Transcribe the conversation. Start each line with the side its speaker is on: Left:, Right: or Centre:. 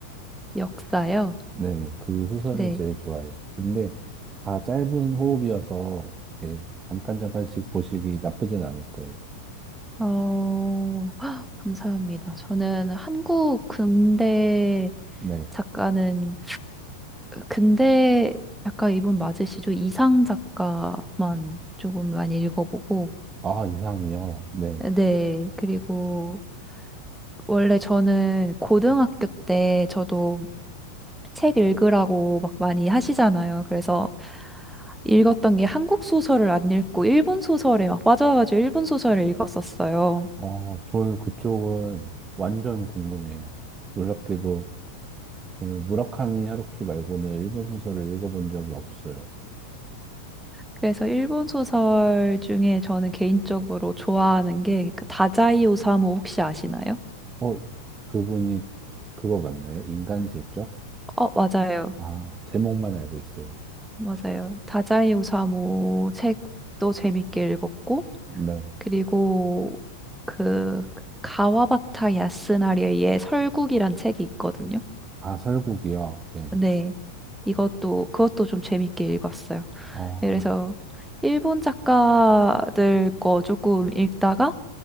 Centre: 역사요?
Right: 네, 그 소설을
Centre: 네.
Right: 제일 좋아해요. 근데 다 짧은 호흡이어서 이렇게 잠깐 잠깐씩 보시기 나쁘진 않을 거예요.
Centre: 어, <gasps> 헉, 감사합니다. 저는 한국 근대
Right: 네.
Centre: 작가는 근대 작가 이분 맞으시죠? 이상 작가만 조금 많이 읽어보고
Right: 아, 이상이요. 네.
Centre: 네. 그리고 원래 저는 고등학교 때 저도 책 읽으라고 막 많이 하시잖아요. 그래서 읽었던 게 한국 소설을 안 읽고 일본 소설에 막 빠져가지고 일본 소설을 읽었었어요.
Right: 어, 저는 그쪽은 완전 궁금해요. 놀랍게도 저는 무라카미 하루키 말고는 일본 소설을 읽어본 적이 없어요.
Centre: 그래서 일본 소설 중에 저는 개인적으로 좋아하는 게그 다자이 오사무 혹시 아시나요?
Right: 어, 그분이 그거 맞나요? 인간 실격?
Centre: 어, 맞아요.
Right: 아, 제목만 알고 있어요.
Centre: 맞아요. 다자이 오사무 책도 재밌게 읽었고,
Right: 네.
Centre: 그리고 그 가와바타 야스나리의 설국이란 책이 있거든요.
Right: 아, 설국이요? 네.
Centre: 네. 이것도, 그것도 좀 재밌게 읽었어요.
Right: 어,
Centre: 네, 그래서 일본 작가들 거 조금 읽다가